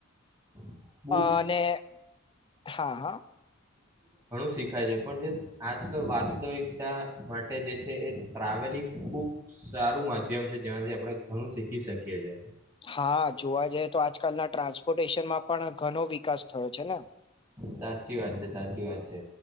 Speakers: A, on the right (about 20°); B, on the left (about 25°).
A: <unintelligible> ઘણું
B: અને હા હા
A: શીખાય છે પણ જે આજકાલ વાસ્તવિકતા માટે જે છે એ ટ્રાવેલિંગ ખુબ સારું માધ્યમ છે જેમાંથી આપણે ઘણું શીખી શકીએ છે.
B: હા જોવા જઈએ તો આજકાલના ટ્રાન્સપોર્ટેશનમાં પણ ઘણો વિકાસ થયો છે ને.
A: સાચી વાત છે સાચી વાત છે,